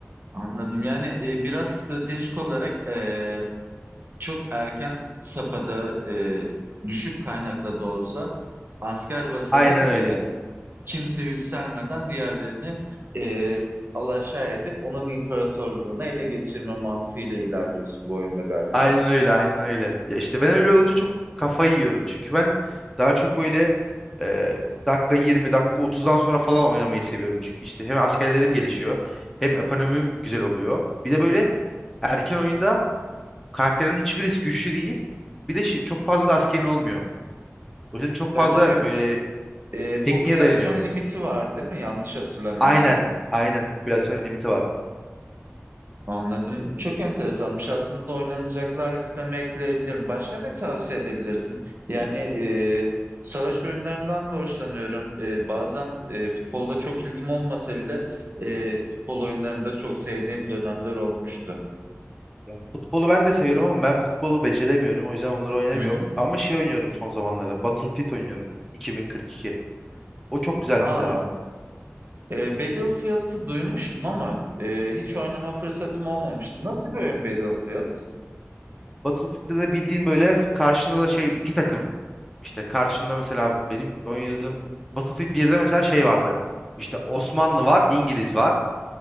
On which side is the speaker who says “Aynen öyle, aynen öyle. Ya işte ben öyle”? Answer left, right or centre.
Centre